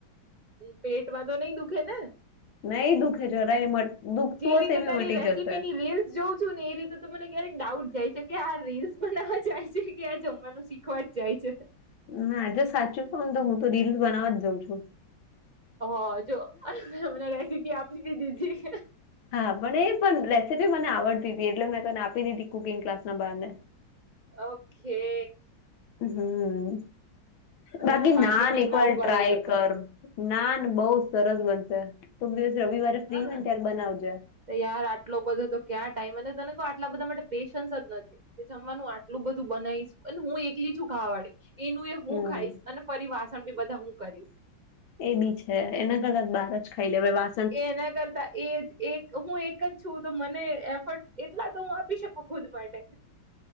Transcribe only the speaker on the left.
નહી દુખે જરાય મટ- દુખતું
હશે એ બી
મટી
જશે
ના જો સાચું કોવને તો હું રીલ બનાવવા જ જાઉં છું.
હા પણ એ પણ રેસીપી મને આવડતી તી એટલે મેં તને આપી દીધી કુકિંગ ક્લાસ ના બાને
હમ્મ
બાકી
નાંન એક વાર
ટ્રાય
કર
નાન બઉ સરસ બનશે. કોક દિવસ રવિવારે ફ્રી
હોય ને ત્યારે બનાવજે
હમ
એબી છે. એને કરતાં બાર જ ખાઈ લેવા